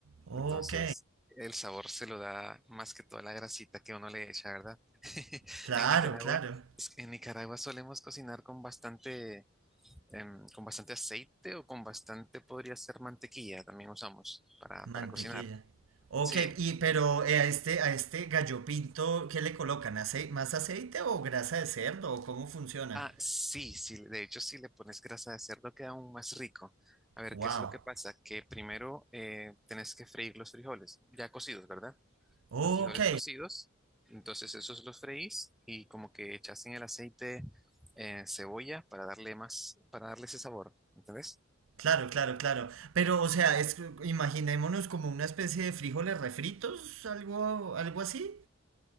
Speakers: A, on the right; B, in the centre.
A: Ok,
B: Entonces, el sabor se lo da más que toda la grasita que uno le echa, ¿verdad? <laughs>
A: claro,
B: En Nicaragua,
A: claro.
B: en Nicaragua solemos cocinar con bastante, em, con bastante aceite o con bastante, podría ser mantequilla, también usamos para,
A: Mantequilla.
B: para cocinar.
A: Ok,
B: Sí.
A: y pero eh, a este, a este gallo pinto, ¿qué le colocan? ¿Acei- ¿Más aceite o grasa de cerdo? ¿O cómo funciona?
B: Ah, sí, sí, de hecho, si le pones grasa de cerdo queda aún más rico. A ver,
A: Wow.
B: ¿qué es lo que pasa? Que primero eh, tenés que freír los frijoles, ya cocidos, ¿verdad?
A: Ok,
B: los frijoles cocidos. Entonces esos los freís y como que echas en el aceite eh, cebolla para darle más, para darle ese sabor, ¿entendés?
A: claro, claro, claro. Pero, o sea, es, imaginémonos como una especie de frijoles refritos, algo, algo así.